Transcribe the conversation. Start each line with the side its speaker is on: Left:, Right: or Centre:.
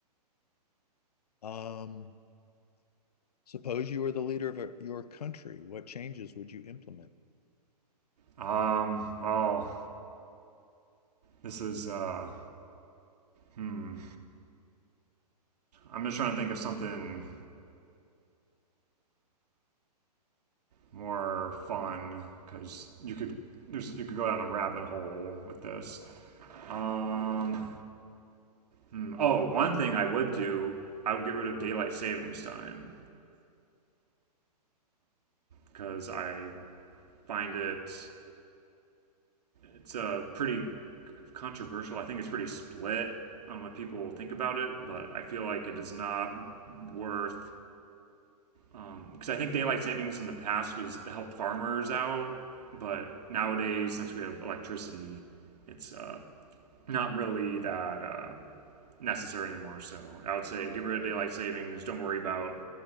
Left: Um, Suppose you were the leader of a- your country, what changes would you implement?
Right: Um, well, this is. Uh, hmm. I'm just trying to think of something more fun because you could there's you could go down a rabbit hole with this. Um, hmm. Oh, one thing I would do, I would get rid of daylight savings time because <laughs> I find it it's a pretty controversial. I think it's pretty split on what people think about it, but I feel like it is not worth um, because I think daylight savings in the past was to help farmers out, but nowadays since we have electricity, it's uh, not really that uh, necessary anymore. So I would say get rid of daylight savings. Don't worry about